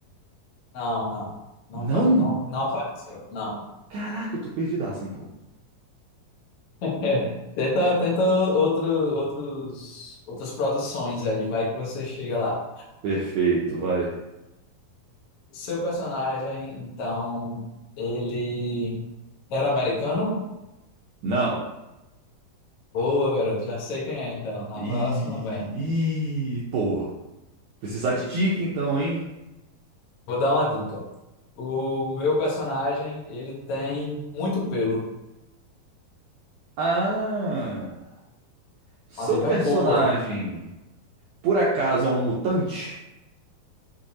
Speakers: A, on the left; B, on the right.
A: Não, não. Não,
B: Não!
A: faz, não, não apareceu. Não.
B: Caraca, eu tô perdidaço então.
A: <laughs> Tenta, tenta outro, outros, outras produções aí, vai que você chega lá.
B: Perfeito, vai.
A: Seu personagem, então, ele era americano?
B: Não.
A: Boa, garoto, já sei quem é, então. Na
B: E,
A: próxima, vem.
B: pô, precisar de dica então, hein?
A: Vou dar uma dica. O meu personagem, ele tem muito pelo.
B: Ah, seu
A: Uma dica
B: personagem
A: boa.
B: por acaso é um mutante?